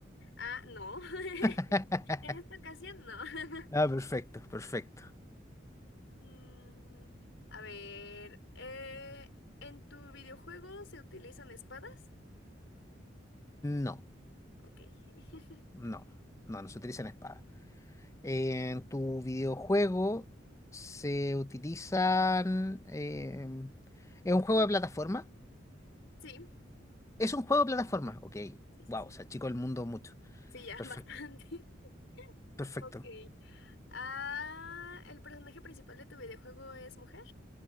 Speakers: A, on the left; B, on the left.
A: Ah, no. <laughs>
B: <laughs>
A: En esta ocasión, no. <laughs>
B: Ah, perfecto, perfecto.
A: Mm, a ver, eh, ¿en tu videojuego se utilizan espadas?
B: No,
A: Ok. <laughs>
B: no, no, no se utilizan espadas. En tu videojuego se utilizan... em, es un juego de plataforma.
A: Sí,
B: Es un juego de plataforma. Ok.
A: sí, sí,
B: Wow,
A: sí.
B: se achicó el mundo mucho.
A: Sí, ya,
B: Perfecto.
A: <laughs> bastante.
B: Perfecto.
A: Ok. Ah, ¿el personaje principal de tu videojuego es mujer?